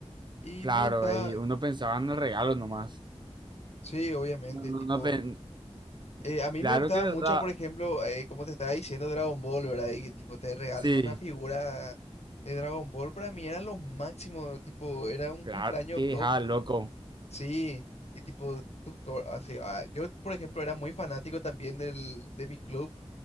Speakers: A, on the left; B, on the right.
A: Y
B: claro,
A: me gustaba,
B: y uno pensaba en el regalo nomás.
A: sí, obviamente,
B: No, no,
A: tipo...
B: no pen-
A: Eh, a mí
B: Claro
A: me gustaba
B: que verdad.
A: mucho, por ejemplo, eh, como te estaba diciendo, Dragon Ball, ¿verdad? Y que tipo te regalen
B: Sí,
A: una figura de Dragon Ball, para mí era lo máximo, tipo, era un
B: claro.
A: cumpleaños
B: Sí,
A: top,
B: ah, loco.
A: sí, y tipo, tutor, así, ah, yo, por ejemplo, era muy fanático también del, de mi club,